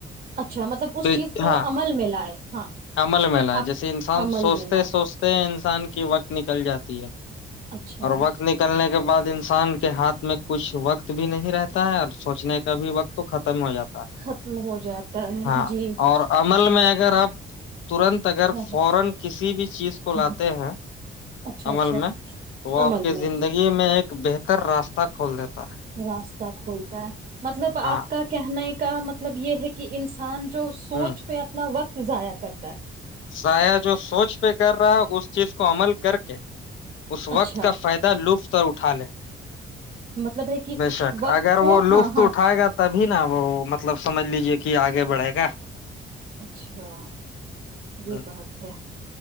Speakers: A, on the right; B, on the left.
A: اچھا مطلب اس
B: تو
A: چیز
B: ہاں
A: کو عمل میں لائے ہاں
B: عمل میں ل
A: آپ
B: جیسے انسان
A: عمل
B: سوچتے
A: میں لائے
B: سوچتے انسان کی وقت نکل جاتی ہے
A: اچھا
B: اور وقت نکلنے کا کے بعد انسان کے ہاتھ میں کچھ وقت بھی نہیں رہتا ہے اور سوچنے کا بھی وقت تو ختم ختم ہو جاتا ہے
A: ختم ہو جاتا ہے
B: ہاں
A: جی
B: اور عمل میں اگر آپ ترنت اگر
A: ہاں
B: فورا کسی بھی چیز
A: ہاں
B: کو لاتے
A: ہاں
B: ہو
A: اچھا اچھا
B: عمل میں تو
A: عمل
B: اپ کی
A: میں
B: زندگی ایک بہتر راستہ کھول دیتا ہے
A: راستہ کھولتا ہے مطلب آپ
B: ہاں
A: کا کہنا ایک کا مطلب یہ ہے کہ انسان اس سوچ
B: ہ
A: پہ اپنا وقت تو جضایا کر
B: ضائع جو سوچ پہ کر رہا اس چیز کو عمل کر کے اس
A: اچھا
B: وقت کا فائدہ لطف تور اٹاال
A: مطلب ہے کہ
B: بے شک
A: وقت
B: اگر
A: کو
B: وہ
A: ہاں
B: لطف
A: ہاں
B: اٹھائے گا تبھی نا وہ مطلب سمجھ لیجے کہ آگے بڑھے گا
A: اچھا یہ
B: ہ
A: بات ہے